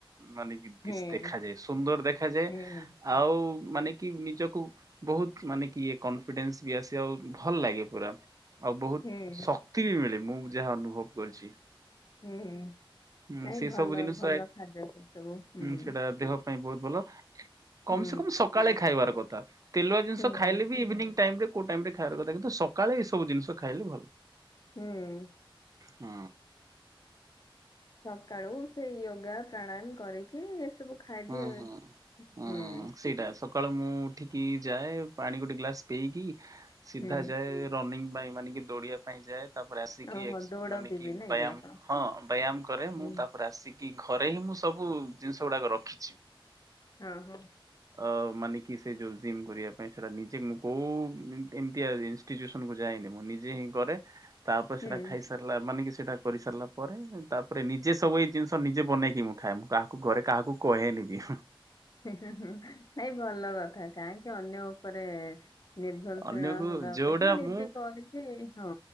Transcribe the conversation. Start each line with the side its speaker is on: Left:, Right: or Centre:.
Right: ମାନେ ଇ
Left: ହୁଁ ହୁଁ
Right: ପିସ୍‌ ଦେଖାଯାଏ ସୁନ୍ଦର ଦେଖାଯାଏ
Left: ହୁଁ
Right: ଆଉ ମାନେ କି ନିଜକୁ ବହୁତ ମାନେ କି ଇଏ କନଫିଡେନ୍ସ୍ ବି ଆସେ ଆଉ ଭଲ ଲାଗେ ପୁରା। ବହୁତ୍
Left: ହୁଁ
Right: ଶକ୍ତି ବି ମିଳେ ମୁଁ ଯାହା ଅନୁଭବ କରିଛି।
Left: ହୁଁ ହୁ
Right: ହୁଁ
Left: ନାଇଁ
Right: ସେ
Left: ଭଲ
Right: ସବୁ ଜିନିଷ
Left: ଭଲ ଖାଦ୍ୟ ସେ ସବୁ ହୁଁ।
Right: ସେଇଟା ଦେହ ପାଇଁ ବହୁତ୍ ଭଲ କମ୍
Left: ହୁଁ
Right: ସେ କମ୍ ସକାଳେ ଖାଇବାର କଥା। ତେଲୁଆ ଜିନଷ
Left: ହୁଁ
Right: ଖାଇଲେ ବି ଇଭିନିଂ ଟାଇମ୍ ରେ କୋଉ ଟାଇମ୍ ରେ ଖାଇବାର କଥା କିନ୍ତୁ ସକାଳେ ଏଇସବୁ ଜିନଷ ଖାଇଲେ ଭଲ।
Left: ହୁଁ‌।
Right: ହଁ।
Left: ସକାଳୁ ସେ ୟୋଗା ପ୍ରାଣାୟାମ କରିକି ସବୁ ଖାଇଦେବେ
Right: ହଁ ହଁ। ହଁ
Left: ହୁଁ‌।
Right: ସେଇଟା ସକାଳୁ ମୁଁ ଉଠିକି ଯାଏ ପାଣି ଗୋଟେ ଗ୍ଲାସ ପିଇକି ସିଧା
Left: ହୁଁ
Right: ଯାଏ। ରନିଂ ପାଇଁ ମାନେ କି ଦୌଡିବା ପାଇଁ ଯାଏ ତାପରେ ଆସିକି
Left: ଓହୋ
Right: ଏସ୍କ
Left: ଦୌଡନ୍ତି
Right: ମାନେ କି
Left: ବି ନାଇଁ
Right: ବ୍ୟାୟାମ
Left: ଆପଣ
Right: ହଁ ବ୍ୟାୟାମ କରେ
Left: ହୁଁ
Right: ମୁଁ ତାପରେ ଆସିକି ଘରେ ହିଁ ମୁଁ ସବୁ ଜିନିଷ ଗୁଡାକ ରଖିଛି।
Left: ହଁ ହଁ‌‌ ‌।
Right: ଅ ମାନେ କି ସେ ଯୋଉ ଜିମ୍ କରିବା ପାଇଁ ସେଟା ନିଜେ ମୁଁ କୋହୁ ଏମ ଏମିତିଆ ଜିନିଷ। ଫିଜୁୟସନ କୁ ଯାଇନି ମୁଁ ନିଜେ ହିଁ କରେ ତାପରେ
Left: ହୁଁ
Right: ସେଟା ଖାଇସାରିଲା ମାନେ କି ସେଟା କରି ସାରିଲା ପରେ ତାପରେ ନିଜେ ସବୁ ଏଇ ଜିନିଷ ନିଜେ ବନେଇକି ମୁଁ ଖାଏ ମୁଁ କାହାକୁ ଘରେ କାହାକୁ କହେନି ବି।
Left: ନାଇଁ ଭଲ କଥା କାହିଁକି ଅନ୍ୟ ଉପରେ ନିର୍ଭରଶୀଳ
Right: ଅନ୍ୟକୁ
Left: ହବା ଆପେକ୍ଷା
Right: ଯୋଉଟା
Left: ନିଜେ
Right: ମୁଁ
Left: କରିକି ହଁ